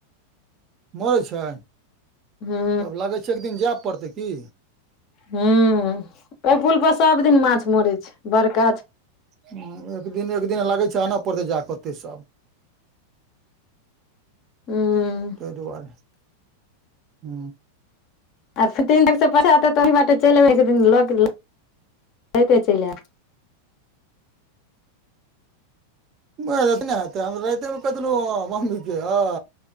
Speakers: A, on the right; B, on the left.
A: मरै छै
B: हूं
A: तब लागै छै एक दिन जाय पड़तै की।
B: हुं ओ पुलपर सभदिन माछ मरै छै बड़काछ
A: ह एकदिन एक दिन लगै चानऽ' पड़तै जाऽ' ओते सब
B: हुं।
A: त दुआरे हू
B: आ तीन तार सए पचात तऽ'ओही बटे चलि अयबै। एक दिन लऽेतै चलि आयब
A: बय ऐखने हेतै हम राइते कहीं देनु मम्मी के हां